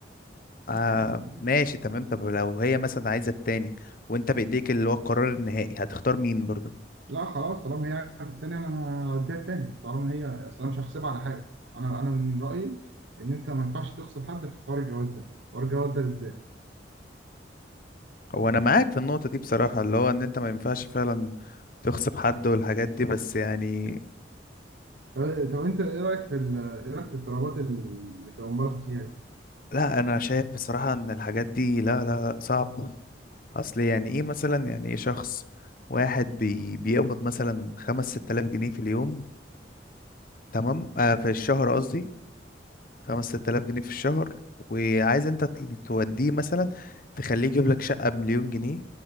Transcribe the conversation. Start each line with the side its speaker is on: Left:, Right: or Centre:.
Left: آه
Right: لكن
Left: ماشي تمام طب لو هي مثلا عايزة التاني وانت بإيديك اللي هو القرار النهائي هتختار مين برضو
Right: لا خلاص طالما هي عايزه التاني انا هديها التاني طالما هي اصل انا مش هحسبها على حاجه انا انا من رايي ان انت ما ينفعش تخسر حد في حوار الجواز ده حوار الجواز ده بالذات
Left: هو انا معاك في النقطة دي بصراحة اللي هو ان انت ما ينفعش فعلا تغصب حد والحاجات دي بس يعني
Right: طب طب انت ايه رايك في ال- ايه رايك في الطلبات اللي بتبقى مبالغ فيها دي؟
Left: لا انا شايف بصراحة ان الحاجات دي لا لا لا صعب اصل يعني ايه مثلا يعني ايه شخص واحد بي بيقبض مثلا خمس ست آلاف جنيه في اليوم تمام آه في الشهر قصدي خمس ست آلاف جنيه في الشهر وعايز انت ت- توديه مثلا تخليه يجيب لك شقة بمليون جنيه